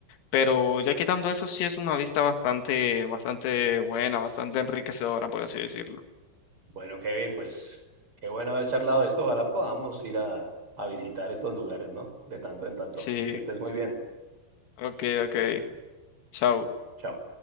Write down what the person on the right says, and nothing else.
Bueno, Kevin, pues qué bueno haber charlado de esto. Ojalá podamos ir a, a visitar estos lugares, ¿no? De tanto en tanto.
Que estés muy bien.
Chao.